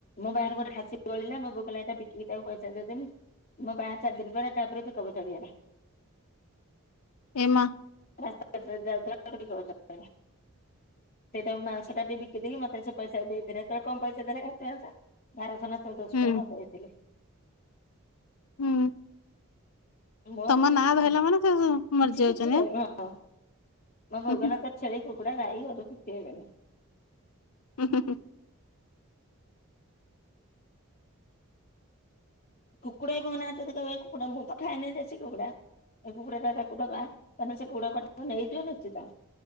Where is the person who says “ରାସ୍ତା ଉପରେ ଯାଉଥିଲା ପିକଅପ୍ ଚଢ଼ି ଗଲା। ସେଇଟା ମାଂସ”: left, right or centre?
Left